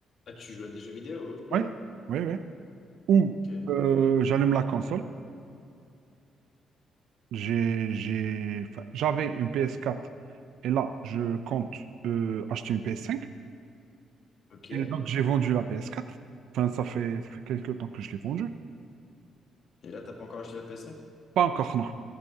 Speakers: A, on the left; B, on the right.
A: Ah, tu joues à des jeux vidéo, ok.
B: Oui, oui, oui. Ou
A: Ok,
B: euh, j'allume la console. J'ai, j'ai, enfin, j'avais une PS4 et là, je compte euh, acheter une PS5.
A: ok.
B: Et donc, j'ai vendu la PS4. Enfin, ça fait, ça fait quelques temps que je l'ai vendue.
A: Et là, t'as pas encore acheté la PS5?
B: Pas encore, non.